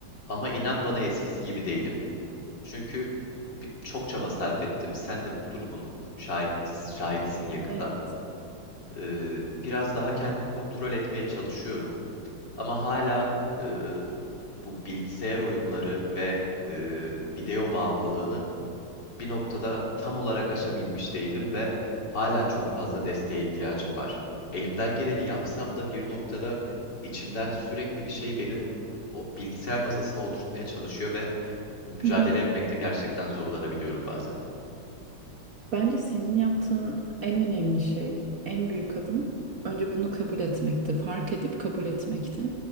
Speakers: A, on the left; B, on the right.
A: Ama inan bana eskisi gibi değilim. Çünkü bir- çok çaba sarf ettim. Sen de bu durumun şahit, şahidisin yakından.
B: Evet.
A: Ee, biraz daha kendimi kontrol etmeye çalışıyorum. Ama hala e, bu bilgisayar oyunları ve e, video bağımlılığını bir noktada tam olarak aşabilmiş değilim ve hala çok fazla desteğe ihtiyacım var. Elimden geleni yapsam da bir noktada içimden sürekli bir şey beni o bilgisayar masasına oturtmaya çalışıyor ve mücadele
B: Hı hı.
A: etmekte gerçekten zorlanabiliyorum bazen.
B: Bence senin yaptığın en önemli şey, en büyük adım önce bunu kabul etmekti. Fark edip kabul etmekti.